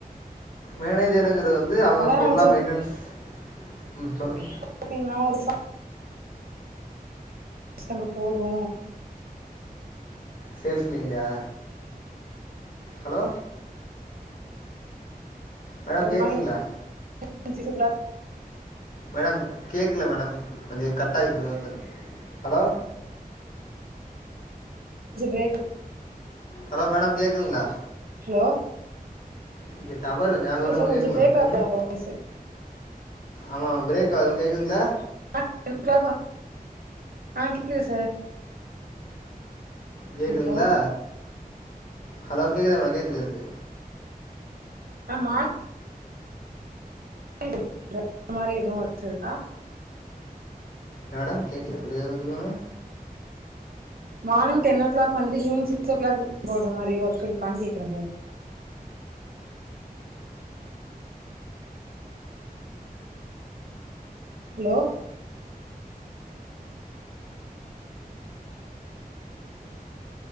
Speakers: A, on the left (about 65°); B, on the right (about 75°).
A: மேனேஜருங்கிறது வந்து அவுங்க
B: அதா
A: ஃபுல்லா
B: நெனச்சே
A: மெயின்டன்ஸ் ம் சொல்லுங்
B: ஓகேங் நா ஒரு ஃபா ஷங்கு போது
A: சேல்ஸ்லிங்ளயா ஹலோ மேடம் கேக்குதுங்களா
B: மார்னிங் <inaudible>
A: மேடம் கேக்கல மேடம் கொஞ்சோ கட் ஆகி கேக்குது ஹலோ
B: ச கேக்கு
A: ஹலோ மேடம் கேக்குதுங்ளா
B: ஹலோ
A: இங்க டவரு கொஞ்சோ ஆ சொல்லுங்க
B: சார் கொஞ்ச
A: கேக்குது மேடோ
B: பிரேக்
A: சொல்லுங்க
B: ஆகுது உங்க வாய்ஸ் சிக்ஸ்
A: ஆமா பிரேக்காது கேக்குதுங்ளா
B: <inaudible> ஆ கேக்குது சர்
A: கேக்குதுங்ளா
B: ஹலோ
A: ஹலோ கேக்குதா <unintelligible> கேக்குது எனக்கு
B: ஆமா <inaudible> அந்த மாரி எதுவு வச்சிருதா
A: என்னடா கேக்கல இன்னோர் வாட்டி சொல்லுங்க
B: மார்னிங் டென்ஓ க்ளாக் வண்ட்டு ஈவ்னங் சிகஸ் ஓ க்ளாக் போய்ட்ற மாரி ஒர்க் இருக்கான் கேக்குற சர் ஹலோ